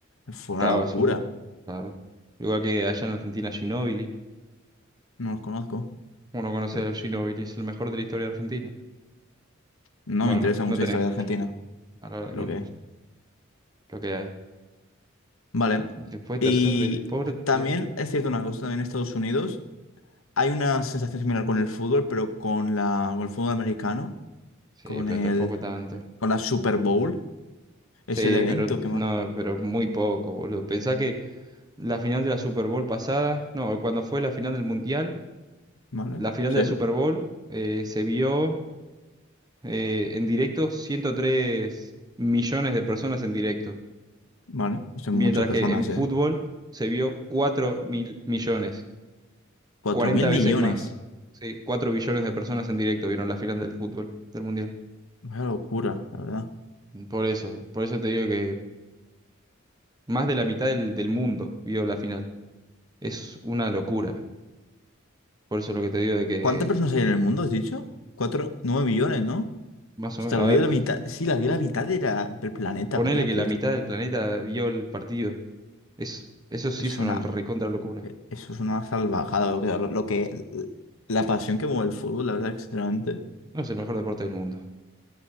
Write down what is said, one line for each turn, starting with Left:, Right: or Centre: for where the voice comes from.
Left: fue
Right: Claro,
Left: una locura.
Right: es un... Claro. Igual que allá en Argentina, Ginóbili.
Left: No los conozco,
Right: Uno conoce
Left: pero
Right: a Ginóbili, es el mejor de la historia de Argentina.
Left: no
Right: Bueno,
Left: me interesa
Right: no
Left: mucho
Right: tenés
Left: la historia
Right: mucho.
Left: de Argentina,
Right: La verdad
Left: creo
Right: que no.
Left: que.
Right: Lo que hay.
Left: Vale.
Right: Después, tercer
Left: Y
Right: deporte.
Left: también es cierto una cosa, también en Estados Unidos hay una sensación similar con el fútbol, pero con la, con el fútbol americano,
Right: Sí,
Left: con
Right: pero
Left: el...
Right: tampoco tanto.
Left: Con la Super Bowl es
Right: Sí,
Left: el evento,
Right: pero
Left: ¿qué más?
Right: no, pero muy poco, boludo. Pensá que la final de la Super Bowl pasada, no, cuando fue la final del Mundial,
Left: ¿Vale?
Right: la final
Left: Sí,
Right: de la Super Bowl eh, se vio eh, en directo 103 millones de personas en directo,
Left: vale. Son
Right: mientras
Left: muchas personas,
Right: que en fútbol
Left: ¿eh?
Right: se vio cuatro mil millones,
Left: Cuatro
Right: 40
Left: mil
Right: veces
Left: millones.
Right: más. Sí, 4 billones de personas en directo vieron la final del fútbol, del Mundial.
Left: Vaya locura, la verdad.
Right: Por eso, por eso te digo que más de la mitad del, del mundo vio la final. Es una locura. Por eso lo que te digo de que,
Left: ¿Cuántas personas hay en el mundo, has dicho? Cuatro, nueve millones, ¿no?
Right: más o
Left: Hasta
Right: menos,
Left: olvidé
Right: a ver,
Left: la mitad. Sí, la vi la mitad de la- del planeta,
Right: ponele
Left: vaya
Right: que
Left: puta.
Right: la mitad del planeta vio el partido. Es, eso sí
Left: Eso,
Right: es
Left: es una,
Right: una recontra locura.
Left: eh, eso es una salvajada, lo que, lo, lo que, la pasión que mueve el fútbol, la verdad, que sinceramente.
Right: No es el mejor deporte del mundo.